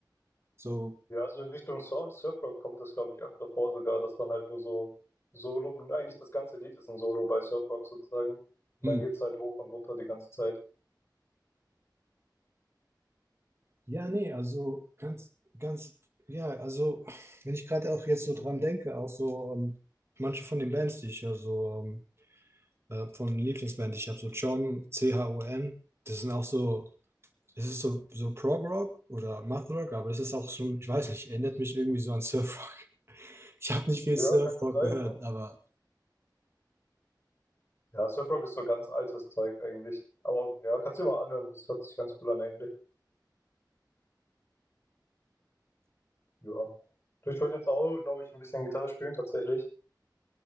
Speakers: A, on the right; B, on the left.
A: so,
B: Ja, also in Richtung Sur- Surfrock kommt das, glaube ich, öfter vor sogar, dass dann halt nur so Solo, und eigentlich das ganze Lied ist ein Solo bei Surfrock sozusagen. Und
A: hm,
B: dann geht's halt hoch und runter die ganze Zeit.
A: Ja, nee, also ganz, ganz, ja, also wenn ich gerade auch jetzt so dran denke, auch so ähm, manche von den Bands, die ich höre, so ähm, äh, von Lieblingsband, ich habe so John, C-H-O-N, das sind auch so, es ist so, so Prog-Rock oder Math-Rock, aber das ist auch schon, ich weiß nicht, erinnert mich irgendwie so an Surf-Rock. <laughs> Ich habe nicht viel
B: Ja,
A: Surf-Rock
B: kann schon sein,
A: gehört,
B: ne?
A: aber
B: Ja, Surfrock ist so ganz altes Zeug eigentlich. Aber ja, kannst du dir mal anhören, das hört sich ganz cool an eigentlich. Ja. Du, ich wollte jetzt auch, glaube ich, ein bisschen Gitarre spielen tatsächlich.